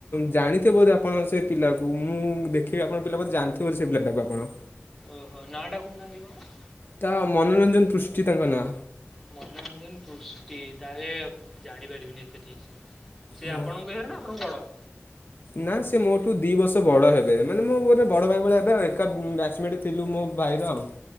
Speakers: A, on the left; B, in the centre.
A: ଜାଣିଥିବ ଯଦି ଆପଣ ସେ ପିଲାକୁ ମୁଁ ଦେଖିବି ଆପଣ ପିଲା ବୋଧେ ଜାଣିଥିବେ ସେ ପିଲାଟାକୁ ଆପଣ।
B: ଓହୋ ନା ଟା କହୁନାହାନ୍ତି କଣ?
A: ତା ମନୋରଞ୍ଜନ ପୃଷ୍ଟି ତାଙ୍କ ନାଁ।
B: ମନୋରଞ୍ଜନ ପୃଷ୍ଟି ତାହେଲେ ଜାଣିପାରିବିନି ଏତେ ଠିକ୍ ସେ। ସିଏ
A: ହଁ।
B: ଆପଣଙ୍କ ଇଏରେ ନା ଆପଣଙ୍କଠୁ ବଡ଼?
A: ନା ସେ ମୋ ଠୁ ଦି ବର୍ଷ ବଡ଼ ହେବେ ମାନେ ମୋର ବଡ଼ ଭାଇ ଭଳିଆ ହେବେ ଆଉ ଏକ ବ୍ୟାଚ <unintelligible> ଥିଲୁ ମୋ ବାଇର ଆଉ।